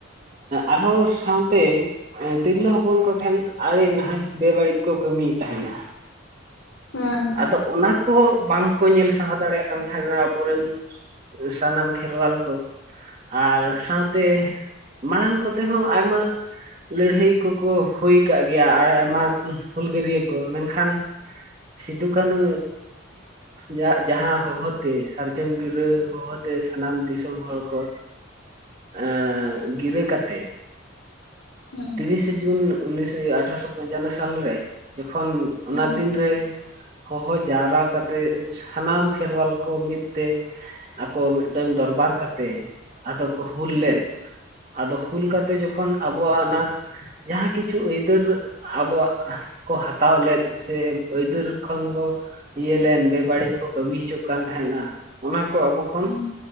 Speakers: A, on the right; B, on the left.
A: ᱟᱨᱦᱚᱸ ᱥᱟᱶᱛᱮ ᱛᱤᱨᱞᱟᱹ ᱦᱚᱯᱚᱱ ᱠᱚᱴᱷᱮᱱ ᱟᱹᱰᱤ ᱱᱟᱦᱟᱪ ᱵᱮᱵᱟᱹᱲᱤᱡ ᱠᱚ ᱠᱟᱹᱢᱤᱭᱮᱫ ᱛᱟᱦᱮᱱᱟ
B: ᱦᱩᱸ
A: ᱟᱫᱚ ᱚᱱᱟ ᱠᱚ ᱵᱟᱝ ᱠᱚ ᱧᱮᱞ ᱥᱟᱦᱟᱣ ᱫᱟᱲᱮᱭᱟᱜ ᱠᱟᱱ ᱛᱟᱦᱮᱸᱱᱟ ᱟᱵᱚᱨᱮᱱ ᱥᱟᱱᱟᱢ ᱠᱷᱮᱨᱣᱟᱞ ᱠᱚ ᱟᱨ ᱥᱟᱶᱛᱮ ᱢᱟᱲᱟᱝ ᱠᱚᱛᱮ ᱦᱚᱸ ᱟᱭᱢᱟ ᱞᱟᱹᱲᱦᱟᱹᱭ ᱠᱚᱠᱚ ᱦᱩᱭ ᱠᱟᱜ ᱜᱮᱭᱟ ᱟᱨ ᱟᱭᱢᱟ ᱦᱩᱞᱜᱟᱹᱨᱭᱟᱹ ᱠᱚ ᱢᱮᱱᱠᱷᱟᱱ ᱥᱤᱫᱷᱩ ᱠᱟᱱᱩ ᱡᱟᱜ ᱡᱟᱦᱟᱸ ᱦᱚᱦᱚᱛᱮ ᱥᱟᱨᱡᱚᱢ ᱜᱤᱨᱟᱹ ᱦᱚᱦᱚᱛᱮ ᱥᱟᱱᱟᱢ ᱫᱤᱥᱚᱢ ᱦᱚᱲ ᱠᱚ ᱮ ᱜᱤᱨᱟᱹ ᱠᱟᱛᱮ
B: ᱦᱩᱸ
A: ᱛᱤᱨᱤᱥᱮ ᱡᱩᱱ ᱩᱱᱤᱥ ᱟᱴᱷᱮᱨᱚᱥᱚ ᱯᱚᱧᱪᱟᱱᱱᱚ ᱥᱟᱞᱨᱮ ᱡᱚᱠᱷᱚᱱ
B: ᱦᱩᱸ
A: ᱚᱱᱟ ᱫᱤᱱᱨᱮ ᱦᱚᱦᱚ ᱡᱟᱣᱨᱟ ᱠᱟᱛᱮᱜ ᱥᱟᱱᱟᱢ ᱠᱷᱮᱨᱣᱟᱞ ᱠᱚ ᱢᱤᱫ ᱛᱮ ᱟᱠᱚ ᱢᱤᱫᱴᱟᱝ ᱫᱚᱨᱵᱟᱨ ᱠᱟᱛᱮ ᱟᱫᱚ ᱠᱚ ᱦᱩᱞ ᱞᱮᱫ ᱟᱫᱚ ᱦᱩᱞ ᱠᱟᱛᱮ ᱡᱚᱠᱷᱚᱱ ᱟᱵᱚᱣᱟᱜ ᱚᱱᱟ ᱡᱟᱦᱟᱸ ᱠᱤᱪᱷᱩ ᱟᱹᱭᱫᱟᱹᱨ ᱟᱵᱚᱣᱟᱜ ᱠᱚ ᱦᱟᱛᱟᱣ ᱞᱮᱫ ᱥᱮ ᱟᱹᱭᱫᱟᱹᱨ ᱵᱚ ᱤᱭᱟᱹ ᱞᱮᱱ ᱵᱮᱵᱟᱹᱲᱤᱡ ᱠᱚ ᱠᱟᱹᱢᱤ ᱦᱚᱪᱚ ᱠᱟᱱ ᱛᱟᱦᱮᱸᱱᱟ ᱚᱱᱟ ᱠᱚ ᱟᱵᱚ ᱠᱷᱚᱱ
B: ᱦᱩᱸ